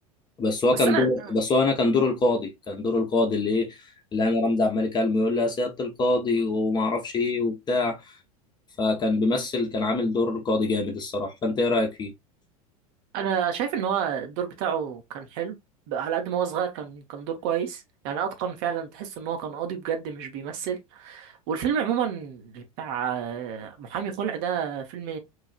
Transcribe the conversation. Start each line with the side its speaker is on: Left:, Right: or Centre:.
Left: بس هو
Right: بس
Left: كان
Right: انا
Left: دوره بس هو انا كان دور القاضي كان دور القاضي اللي ايه اللي انا رمزي عمال يكلمه يقول لي يا سياده القاضي وما اعرفش ايه وبتاع فكان بيمثل كان عامل دور قاضي جامد الصراحه فانت ايه رايك فيه
Right: انا شايف ان هو الدور بتاعه كان حلو بقى على قد ما هو صغير كان كان دور كويس يعني اتقن فعلا تحس ان هو كان قاضي بجد مش بيمثل والفيلم عموما بتاع آه، محامي خلع ده فيلم